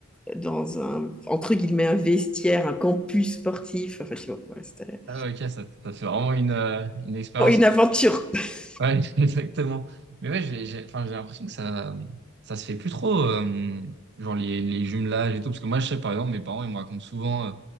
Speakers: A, in the centre; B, on the right.
A: dans un, entre guillemets, un vestiaire, un campus sportif. Enfin, je sais pas, ouais, c'était
B: Ah ouais, ok, ça, ça fait vraiment une, euh, une expérience.
A: oh, une aventure. <laughs>
B: Ouais, <laughs> exactement. Mais ouais, j'ai, j'ai, enfin, j'ai l'impression que ça, ça se fait plus trop, euh, genre les, les jumelages et tout. Parce que moi, je sais, par exemple, mes parents, ils me racontent souvent, euh,